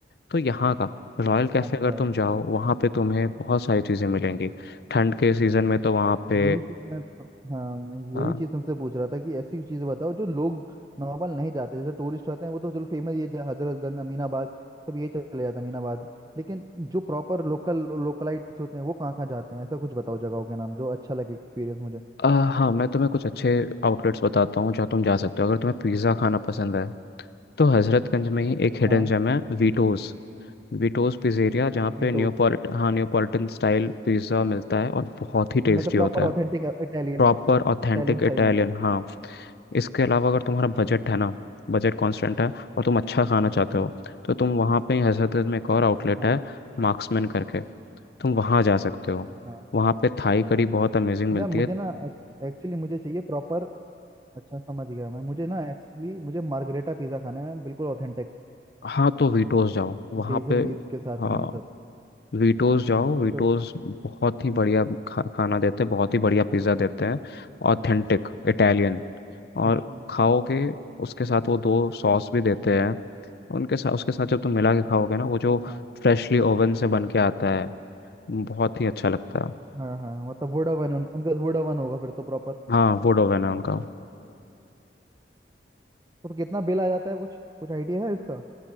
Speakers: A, on the left (about 60°); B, on the right (about 20°).
A: तो यहाँ का रॉयल कैफ़े
B: अच्छा
A: अगर तुम जाओ वहाँ पे तुम्हें बहुत सारी चीज़ें मिलेंगी ठंड के सीज़न में तो वहाँ पे
B: यही चीज मैं तो, हाँ मैं यही
A: अ,
B: चीज तुमसे पूछ रहा था कि ऐसी चीजें बताओ जो लोग नॉर्मल नहीं जाते जैसे टूरिस्ट आते हैं वो तो चलो फेमस ये ज- हजरतगंज अमीनाबाद सब ये चले जाते हैं अमीनाबाद लेकिन जो प्रॉपर लोकल लोकलाइट्स होते हैं वो कहाँ कहाँ जाते हैं ऐसा कुछ बताओ जगहों के नाम जो अच्छा लगे एक्सपीरियंस मुझे
A: अ, हाँ मैं तुम्हें कुछ अच्छे आउटलेट्स बताता हूँ जहाँ तुम जा सकते हो अगर तुम्हें पिज़्ज़ा खाना पसंद है तो हजरतगंज में ही एक हिडन
B: हाँ
A: जेम है वीटोज विटोज पिज़्ज़ेरिया जहाँ पे
B: वीटोज
A: न्योपोलिट हाँ न्योपॉलिटन स्टाइल पिज़्ज़ा मिलता है और बहुत ही टेस्टी
B: मतलब प्रॉपर
A: होता
B: ऑथेंटिक
A: है
B: इटालियन
A: प्रॉपर
B: में
A: ऑथेंटिक
B: इटालियन स्टाइल
A: इटालियन
B: में
A: हाँ इसके अलावा अगर तुम्हारा बजट है ना बजट कॉन्स्टेंट है और तुम अच्छा खाना चाहते हो तो तुम वहाँ पे ही हजरतगंज में एक और आउटलेट
B: हाँ
A: है मार्क्समैन करके तुम वहाँ जा सकते हो
B: हाँ
A: वहाँ पे थाई
B: अच्छा
A: कड़ी बहुत अमेजिंग मिलती
B: ना मुझे
A: है
B: ना एक्चुअली मुझे चाहिए प्रॉपर अच्छा समझ गया मैं मुझे ना एक्चुअली मुझे मार्गरेटा पिज़्ज़ा खाना है बिल्कुल ऑथेंटिक
A: हाँ तो वीटोज जाओ वहाँ
B: बेसल
A: पे
B: लीव्स के साथ
A: हाँ
B: में ये सब
A: वीटोज जाओ
B: वीटोज
A: वीटोज बहुत ही बढ़िया खा, खाना देते हैं बहुत ही बढ़िया पिज्ज़ा देते हैं ऑथेंटिक इटालियन और
B: अच्छा
A: खाओ के उसके साथ वो दो सॉस भी देते हैं उनके साथ उसके साथ जब तुम मिला के खाओगे ना वो जो
B: अच्छा
A: फ्रेशली ओवन से बन के आता है बहुत ही अच्छा लगता है
B: हाँ हाँ मतलब वोडावन उन, उनका वोडावन होगा फिर तो प्रॉपर
A: हाँ वुड ओवन है उनका
B: तो, तो कितना बिल आ जाता है कुछ कुछ आइडिया है इसका